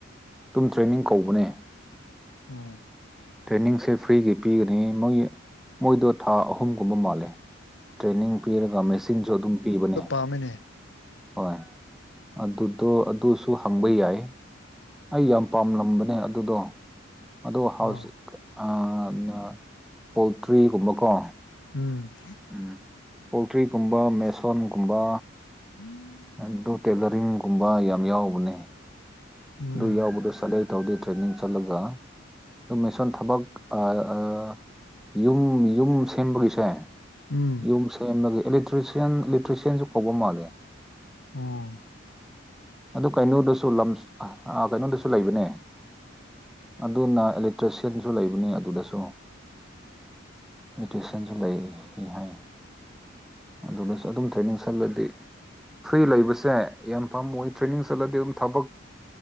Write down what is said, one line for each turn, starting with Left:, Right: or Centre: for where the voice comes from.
Centre: ꯇꯨꯝ ꯇ꯭ꯔꯦꯅꯤꯡ ꯀꯧꯕꯅꯦ
Left: ꯑꯣ
Centre: ꯇ꯭ꯔꯦꯅꯤꯡꯁꯦ ꯐ꯭ꯔꯤꯒꯤ ꯄꯤꯒꯅꯤ ꯃꯣꯏ ꯃꯣꯏꯗꯣ ꯊꯥ ꯑꯍꯨꯝꯒꯨꯝꯕ ꯃꯥꯜꯂꯦ ꯇ꯭ꯔꯦꯅꯤꯡ ꯄꯤꯔꯒ ꯃꯦꯁꯤꯟꯁꯨ ꯑꯗꯨꯝ ꯄꯤꯕꯅꯦ
Left: ꯇꯥꯃꯤꯅꯦ
Centre: ꯍꯣꯏ ꯑꯗꯨꯗꯣ ꯑꯗꯨꯁꯨ ꯍꯪꯕ ꯌꯥꯏ ꯑꯩ ꯌꯥꯝ ꯄꯥꯝꯂꯝꯕꯅꯦ ꯑꯗꯨꯗꯣ ꯑꯗꯣ ꯍꯥꯎꯁ
Left: ꯑꯣ
Centre: ꯑꯥ ꯅ ꯄꯣꯜꯇ꯭ꯔꯤꯒꯨꯝꯕꯀꯣ
Left: ꯎꯝ
Centre: ꯎꯝ ꯄꯣꯜꯇ꯭ꯔꯤꯒꯨꯝꯕ ꯃꯦꯁꯣꯟꯒꯨꯝꯕ
Left: <inaudible>
Centre: ꯑꯗꯨ ꯇꯦꯂꯔꯤꯡꯒꯨꯝꯕ ꯌꯥꯝ ꯌꯥꯎꯕꯅꯦ
Left: ꯎꯝ
Centre: ꯑꯗꯨ ꯌꯥꯎꯕꯗꯣ ꯁꯥꯂꯦꯛ__ ꯇꯧꯗꯦ ꯇ꯭ꯔꯦꯅꯤꯡ ꯆꯠꯂꯒ ꯑꯗꯨ ꯃꯦꯁꯣꯟ ꯊꯕꯛ ꯑꯥ ꯌꯨꯝ ꯌꯨꯝ ꯁꯦꯝꯕꯒꯤꯁꯦ
Left: ꯎꯝ
Centre: ꯌꯨꯝ ꯁꯦꯝꯕꯒꯤ ꯑꯦꯂꯦꯇ꯭ꯔꯤꯁ꯭ꯌꯥꯟ ꯂꯦꯇ꯭ꯔꯤꯁ꯭ꯌꯥꯟꯖꯨ ꯀꯧꯕ ꯃꯥꯜꯂꯦ
Left: ꯑꯣ
Centre: ꯑꯗꯨ ꯀꯩꯅꯣꯗꯁꯨ ꯂꯝꯁ ꯑ ꯑꯥ ꯀꯩꯅꯣꯗꯁꯨ ꯂꯩꯕꯅꯦ ꯑꯗꯨꯅ ꯑꯦꯂꯦꯛ ꯇ꯭ꯔꯦꯁ꯭ꯌꯟꯖꯨ ꯂꯩꯕꯅꯦ ꯑꯗꯨꯗꯁꯨ ꯂꯦꯇ꯭ꯔꯦꯁ꯭ꯌꯟꯁꯨ ꯂꯩ ꯏ ꯍꯥꯏ ꯑꯗꯨꯗꯁꯨ ꯑꯗꯨꯝ ꯇ꯭ꯔꯦꯅꯤꯡ ꯆꯠꯂꯗꯤ ꯐ꯭ꯔꯤ ꯂꯩꯕꯁꯦ ꯌꯥꯝ ꯄꯥꯝꯃꯨꯏ ꯇ꯭ꯔꯦꯅꯤꯡ ꯆꯠꯂꯗꯤ ꯎꯝ ꯊꯕꯛ